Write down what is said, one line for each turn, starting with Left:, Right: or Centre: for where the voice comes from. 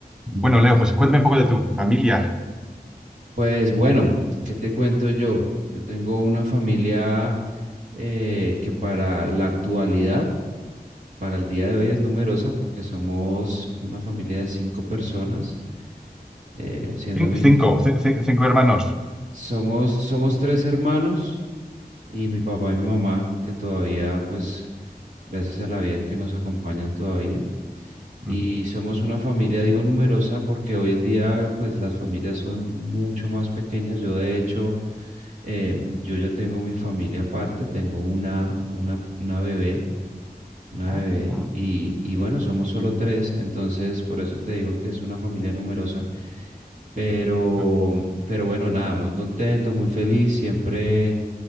Centre: Bueno, Leo, pues cuéntame un poco de tu familia.
Right: Pues bueno, ¿qué te cuento yo? Yo tengo una familia eh, que para la actualidad, para el día de hoy es numerosa porque somos una familia de cinco personas, eh, siendo
Centre: Cin-
Right: mi,
Centre: Cinco, ci- ci- cinco hermanos.
Right: somos, somos tres hermanos y mi papá y mi mamá que todavía, pues gracias a la vida que nos acompañan todavía. Y
Centre: Ujú.
Right: somos una familia, digo numerosa, porque hoy en día, pues las familias son mucho más pequeñas. Yo de hecho... Eh, yo ya tengo mi familia aparte, tengo una, una, una bebé, una
Centre: Ah,
Right: bebé, y, y bueno, somos solo tres, entonces por eso te digo que es una familia numerosa. Pero,
Centre: sí. Eh,
Right: pero bueno, nada, muy contento, muy feliz, siempre,